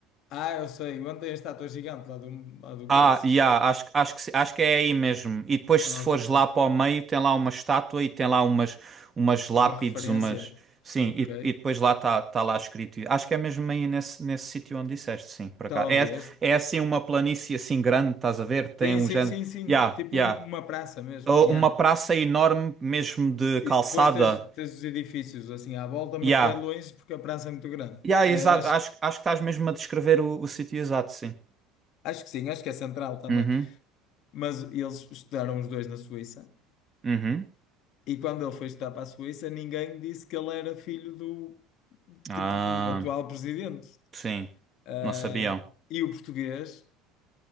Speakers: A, on the left (about 60°); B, on the right (about 25°).
A: ah, eu sei. Ontem tem a estátua gigante lá do, lá do
B: Ah,
A: coice.
B: yeah, acho, acho que, se- acho que é aí mesmo. E depois,
A: Ok.
B: se fores lá para o meio, tem lá uma estátua e tem lá umas, umas lápides,
A: Uma referência.
B: umas. Sim,
A: Ok.
B: e, e depois lá está tá tá lá escrito. Acho que é mesmo aí nesse, nesse sítio onde disseste, sim, para
A: Talvez.
B: cá. É, é assim uma planície assim grande, estás a ver? Tem
A: Tem,
B: um
A: sim,
B: género.
A: sim, sim.
B: Yeah,
A: Tipo
B: yeah.
A: um- uma praça mesmo.
B: Ou
A: Yeah.
B: Uma praça enorme mesmo de calçada.
A: E depois tens, tens os edifícios assim à volta, mas
B: Yeah.
A: bué longe porque a praça é muito grande.
B: Yeah,
A: Ah,
B: exato.
A: acho,
B: Acho, acho que estás mesmo a descrever o, o sítio exato, sim.
A: acho que sim, acho que é central também.
B: Uhum,
A: Mas eles estudaram os dois na Suíça.
B: uhum.
A: E quando ele foi estudar para a Suíça, ninguém disse que ele era filho do,
B: Ah,
A: tipo, do atual presidente.
B: sim. Não
A: Ah,
B: sabiam.
A: E o português,